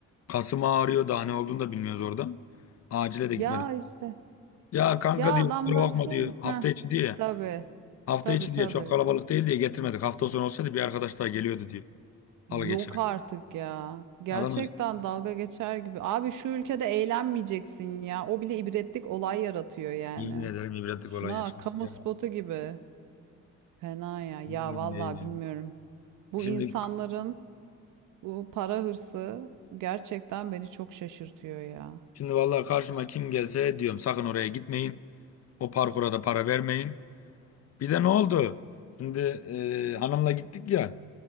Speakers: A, on the left (about 55°); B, on the right (about 85°).
A: Kasım ağrıyor daha ne olduğunu da bilmiyoruz orada. Acile de
B: Ya
A: gitmeden.
B: işte
A: Ya kanka
B: ya
A: diyor
B: adamlar
A: kusura bakma
B: şey
A: diyor hafta
B: ha
A: içi diye.
B: tabii
A: Hafta
B: tabii
A: içi
B: tabii.
A: diye çok kalabalık değil diye getirmedik. Hafta sonu olsaydı bir arkadaş daha geliyordu diyor. Halı
B: Yok
A: geçerek.
B: artık ya. Gerçekten
A: Adam öyle
B: dalga geçer gibi. Abi şu ülkede eğlenmeyeceksin ya. O bile ibretlik olay yaratıyor yani.
A: yemin ederim ibretlik
B: Şuna
A: olay yaşadık
B: bak, kamu
A: ya.
B: spotu gibi. Fena ya. Ya
A: Yemin
B: vallahi
A: ederim.
B: bilmiyorum. Bu
A: Şimdi
B: insanların bu para hırsı gerçekten beni çok şaşırtıyor ya.
A: şimdi vallahi karşıma kim gelse diyorum sakın oraya gitmeyin. O parkura da para vermeyin. Bir de ne oldu? Şimdi e, hanımla gittik ya.